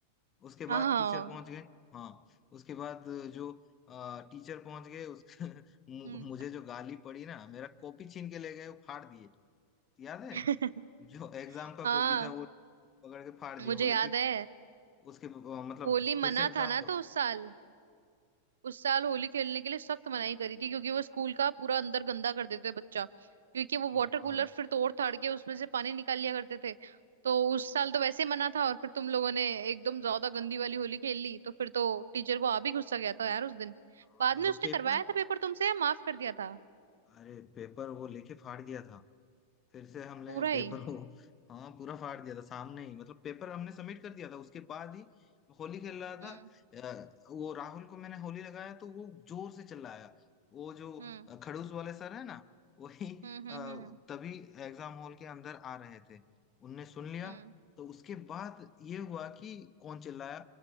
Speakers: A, on the left (about 25°); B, on the right (about 65°).
A: उसके
B: हाँ
A: बाद
B: हाँ
A: टीचर पहुंच गए हाँ उसके बाद जो अ, टीचर पहुंच गए उस <laughs> मु-
B: हम्म
A: मुझे जो गाली पड़ी ना मेरा कॉपी छीन के ले गए वो फाड़ दिए याद है
B: <laughs>
A: जो एग्जाम का
B: हाँ
A: कॉपी था वो पकड़ के फाड़ दिया
B: मुझे
A: बोले
B: याद
A: कि
B: है
A: उसके अ, मतलब
B: होली
A: फिर
B: मना
A: से एग्जाम
B: था ना
A: दो
B: तो उस साल उस साल होली खेलने के लिए सख्त मनाही करी थी क्योंकि वो स्कूल का पूरा अंदर गंदा कर देते थे बच्चा क्योंकि वो
A: हाँ
B: वाटर कूलर
A: हाँ
B: फिर तोड़ ताड़ के उसमें से पानी निकाल लिया करते थे तो उस साल तो वैसे मना था और फिर तुम लोगों ने एकदम ज्यादा गंदी वाली होली खेल ली तो फिर तो टीचर को आ भी गुस्सा गया था यार उस दिन
A: हाँ,
B: बाद
A: मतलब
B: में उसने
A: पेपर
B: करवाया था पेपर तुमसे या माफ कर दिया था
A: अरे पेपर वो लेके फाड़ दिया था फिर से हमने
B: पूरा ही
A: पेपर को हाँ पूरा फाड़ दिया था सामने ही मतलब पेपर हमने सबमिट कर दिया था उसके बाद ही होली खेल रहा
B: हम्म
A: था अ, वो राहुल को मैंने होली लगाया तो वो जोर से चिल्लाया वो जो
B: हम्म
A: अ, खड़ूस वाले सर है ना वही
B: हम्म हम्म
A: अ,
B: हम्म
A: तभी एग्जाम हॉल के अंदर आ रहे थे उनने सुन लिया
B: हम्म,
A: तो उसके बाद ये हुआ कि कौन चिल्लाया